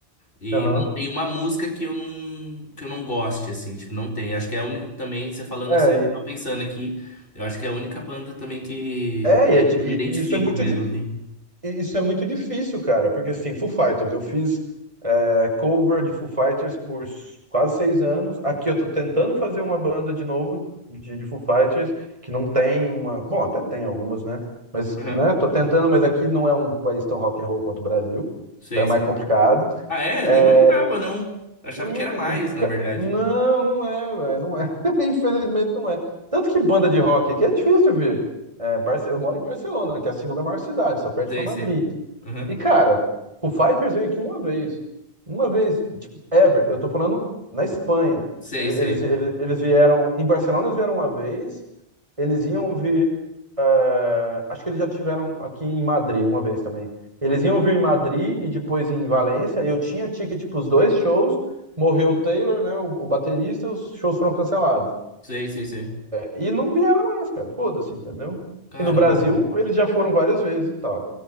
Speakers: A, on the left; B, on the right.
A: E
B: aham.
A: não tem uma música que eu não que eu não goste assim, tipo, não tem. Acho que é a única também, você falando
B: É,
A: assim,
B: e-
A: tava pensando aqui, eu acho que é a única banda também que
B: é, e é di-
A: eu me
B: e-
A: identifico
B: e isso é muito
A: mesmo
B: difícil
A: assim.
B: E Isso é muito difícil, cara, porque assim, Foo Fighters, eu fiz é, cover de Foo Fighters por s- quase seis anos. Aqui eu tô tentando fazer uma banda de novo de, de Foo Fighters, que não tem uma. Bom, até tem algumas, né? Mas,
A: Aham.
B: né, tô tentando, mas aqui não é um país tão rock and roll quanto o Brasil.
A: Sei,
B: Então é mais
A: sei.
B: complicado.
A: Ah, é?
B: É,
A: Não imaginava não. Achava
B: sim,
A: que era mais,
B: and-
A: na
B: ca-
A: verdade.
B: não, não é, velho, não é. <laughs> Infelizmente não é. Tanto que banda de rock aqui é difícil, ver. É, Barce- eu moro em Barcelona, que é a segunda maior cidade, só perde
A: Sei,
B: para Madrid.
A: sei. Aham.
B: E, cara, o Fighters veio aqui uma vez. Uma vez, tipo, ever. Eu tô falando na Espanha.
A: Sei,
B: Ele-
A: sei.
B: Eles, eles, eles vieram. Em Barcelona eles vieram uma vez. Eles iam vir. eh, acho que eles já tiveram aqui em Madrid uma vez também. Eles iam vir em Madrid e depois em Valência. Eu tinha ticket para os dois shows. Morreu o Taylor, né? O, o baterista, os shows foram cancelados.
A: Sei, sei, sei.
B: E não vieram mais, cara. Foda-se, entendeu?
A: Caramba.
B: E no Brasil eles já foram várias vezes e tal.